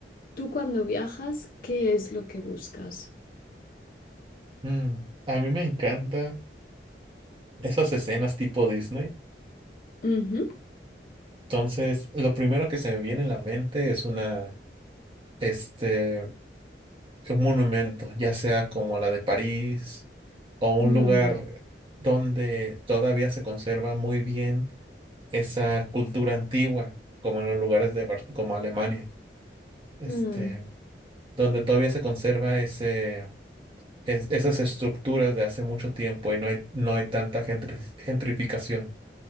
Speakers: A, on the left; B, on the right.
A: tú cuando viajas, ¿qué es lo que buscas?
B: Mm, a mí me encantan esas escenas tipo Disney.
A: Ujú.
B: Entonces, lo primero que se me viene en la mente es una este, un monumento, ya sea como la de París o un
A: Mm,
B: lugar donde todavía se conserva muy bien esa cultura antigua, como en los lugares de Bar- como Alemania, este,
A: mm,
B: donde todavía se conserva ese, es- esas estructuras de hace mucho tiempo y no hay, no hay tanta gentri- gentrificación.